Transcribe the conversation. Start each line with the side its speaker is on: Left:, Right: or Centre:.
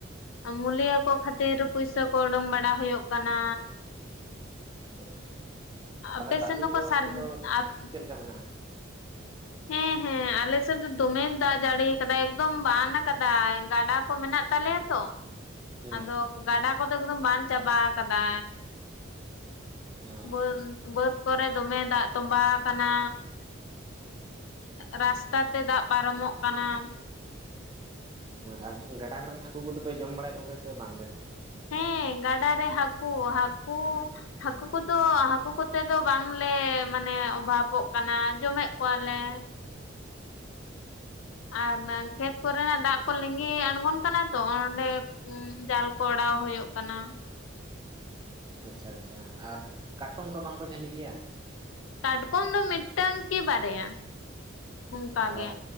Left: ᱢᱩᱞᱤᱭᱟᱹ ᱠᱚ ᱠᱷᱟᱛᱤᱨ ᱯᱩᱭᱥᱟᱹ ᱠᱚ ᱚᱰᱚᱝ ᱵᱟᱲᱟ ᱦᱩᱭᱩᱜ ᱠᱟᱱᱟ᱾
Right: <unintelligible> ᱛᱟᱞᱦᱮ
Left: ᱟᱯᱮ
Right: ᱫᱟᱜ
Left: ᱥᱮᱱ
Right: ᱡᱟᱹᱲᱤ
Left: ᱫᱚᱠᱚ
Right: ᱠᱚᱫᱚ
Left: ᱥᱟᱨ
Right: ᱚᱱᱛᱮ ᱫᱚ
Left: ᱟᱯ
Right: ᱪᱮᱜ ᱞᱮᱠᱟ ᱢᱮᱱᱟᱜ-ᱟ?
Left: ᱦᱮᱸ ᱦᱮᱸ ᱟᱞᱮ ᱥᱮᱫ ᱫᱚ ᱫᱚᱢᱮ ᱫᱟᱜ, ᱡᱟᱲᱤᱭ ᱠᱟᱫᱟᱭ ᱮᱠᱫᱚᱢ ᱵᱟᱱ ᱟᱠᱟᱫᱟᱭ ᱜᱟᱰᱟ ᱠᱚ ᱢᱮᱱᱟᱜ ᱛᱟᱞᱮᱭᱟ ᱛᱚ
Right: ᱦᱮᱸ
Left: ᱟᱫᱚᱼᱼ ᱜᱟᱰᱟ ᱠᱚᱫᱚ ᱮᱠᱫᱚᱢ ᱵᱟᱱ ᱪᱟᱵᱟ ᱟᱠᱟᱫᱟ
Right: ᱚ
Left: ᱾ᱵᱟᱹᱱᱼᱼ <unintelligible> ᱵᱟᱹᱛ ᱠᱚᱨᱮ ᱫᱚᱢᱮ ᱫᱟᱜ ᱛᱚᱸᱵᱟᱣ ᱠᱟᱱᱟ᱾ ᱨᱟᱥᱛᱟ ᱛᱮ ᱫᱟᱜ ᱯᱟᱨᱚᱢᱚᱜ ᱠᱟᱱᱟ᱾
Right: ᱦᱳᱭ ᱟᱨ ᱜᱟᱰᱟ ᱠᱚᱨᱮᱱ ᱦᱟᱠᱩ ᱠᱩᱫᱚ ᱯᱮ ᱡᱚᱢ ᱵᱟᱲᱟᱭᱮᱜ ᱠᱚᱜᱮ ᱥᱮ ᱵᱟᱝ ᱜᱮ?
Left: ᱦᱮᱸ ᱜᱟᱰᱟ ᱨᱮ ᱦᱟᱠᱩ, ᱦᱟᱠᱩᱼᱼ ᱦᱟᱠᱩ ᱠᱚᱫᱚ ᱦᱟᱠᱩ ᱠᱚᱛᱮ ᱫᱚ ᱵᱟᱝ ᱞᱮ ᱢᱟᱱᱮ ᱚᱵᱷᱟᱯᱚᱜ ᱠᱟᱱᱟ ᱡᱚᱢᱮᱜ ᱠᱚᱣᱟ ᱞᱮ᱾ ᱟᱨ ᱚᱱᱟ ᱠᱷᱮᱛ ᱠᱚᱨᱮ ᱱᱟᱜ ᱫᱟᱜ ᱠᱚ ᱞᱤᱸᱜᱤ ᱟᱬᱜᱚᱱ ᱠᱟᱱᱟ ᱛᱚ ᱚᱻ ᱚᱸᱰᱮ᱾ ᱡᱟᱞ ᱠᱚ ᱚᱰᱟᱣ ᱦᱩᱭᱩᱜ ᱠᱟᱱᱟ᱾
Right: ᱟᱪᱪᱷᱟ ᱟᱪᱪᱷᱟ, ᱟᱨ ᱠᱟᱴᱠᱚᱢ ᱠᱚ ᱵᱟᱝᱠᱚ ᱡᱷᱟᱹᱞᱤᱜ ᱜᱮᱭᱟ᱾
Left: ᱠᱟᱴᱠᱚᱢ ᱫᱚ ᱢᱤᱫᱴᱟᱝ ᱠᱤ ᱵᱟᱨᱭᱟ᱾ ᱵᱟᱝ
Right: ᱚ
Left: ᱜᱮ